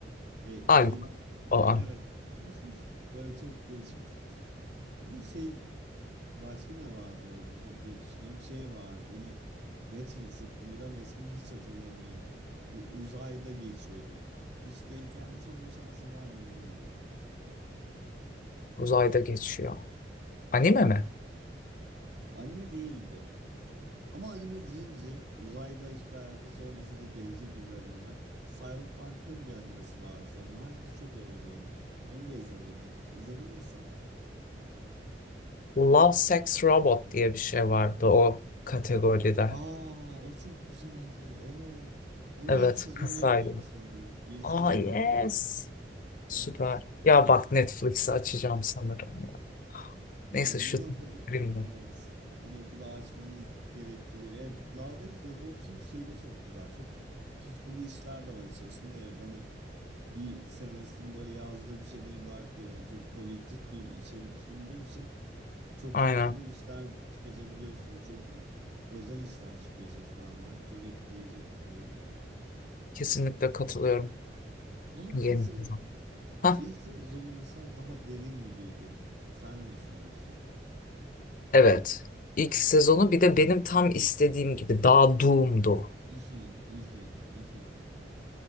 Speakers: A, on the right; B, on the left.
A: E, eğlen
B: Alp
A: yani
B: falan.
A: evet. <laughs> Böyle çok değişik bir tip. Bir de şey başka ne var böyle düşün, diye düşünüyorum. Şey vardı yine Netflix yapımıydı ama ismini hiç hatırlamıyorum. Bu uzayda geçiyordu. Hiç denk gelmiş olma şansım var mı bilmiyorum.
B: Uzayda geçiyor. Anime
A: <laughs>
B: mi?
A: Anime değildi. Ama anime deyince uzayla hiçbir alakası olmasa da gelecek üzerinden Cyberpunk'ın bir animesi vardı sanırım. Herkes çok övdü onu. Onu da izlemedim. İzledin mi sen?
B: Love, Sex, Robot diye bir şey vardı o kategoride.
A: Aa, o çok güzeldi. Evet. Onun
B: Evet,
A: yeni sezonu
B: kısaydı.
A: da geliyormuş sanırım. Yeni
B: Aa
A: sezonu
B: yes.
A: da geliyor.
B: Süper.
A: Evet.
B: Ya bak Netflix'i açacağım sanırım ya.
A: Yani
B: Neyse şu
A: bir noktada
B: filmde.
A: evet bir noktada açmanı gerektiriyor. Yani Love Death Robots'un şeyi de çok güzel. Çok tutkulu işler de var içerisinde. Yani hani bir senaristin böyle yazdığı bir şeyden ibaret değil. Yani çok kolektif bir içerik sunduğu için çok
B: Aynen.
A: tutkulu işler tüketebiliyorsun. Çok özel işler çıkıyor içerisinden bence. Çok etkileyici buluyorum.
B: Kesinlikle katılıyorum.
A: Ama
B: Yeni
A: ilk sezon,
B: sezon. Hah,
A: ilk sezonu mesela daha derin gibiydi. Sen ne düşünüyorsun?
B: Evet. İlk sezonu bir de benim tam istediğim gibi daha doom'du.
A: <laughs> Mhm, mhm, mhm.